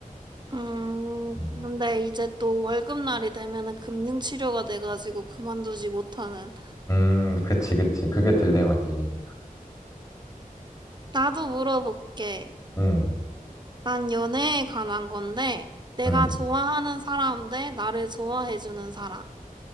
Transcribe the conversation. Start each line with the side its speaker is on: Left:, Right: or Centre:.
Right: 응.
Left: 음,
Right: 근데 이제 또 월급날이 되면은 금융치료가 돼가지고 그만두지 못하는.
Left: 음, 그치, 그치. 그게 딜레마지.
Right: 나도 물어볼게.
Left: 음,
Right: 난 연애에 관한 건데 내가
Left: 음,
Right: 좋아하는 사람 대 나를 좋아해주는 사람.